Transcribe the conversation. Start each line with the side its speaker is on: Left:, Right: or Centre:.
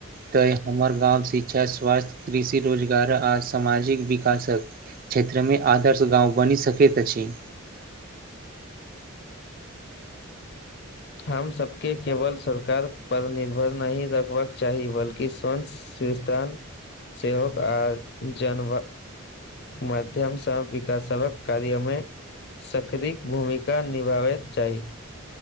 Right: तैँ हमर गाँव शिक्षा स्वास्थ्य कृषि रोजगार आ समाजिक विकासक क्षेत्र में आदर्श गाँव बनि सकैत अछि
Left: हम सबके केवल सरकार पर निर्भर नहि रखबाक चाही बल्कि स्वंय सुस्तान सेहो आ जन माध्यम सँ विकासक कार्य मे सक्रिय भूमिका निभाबै चाही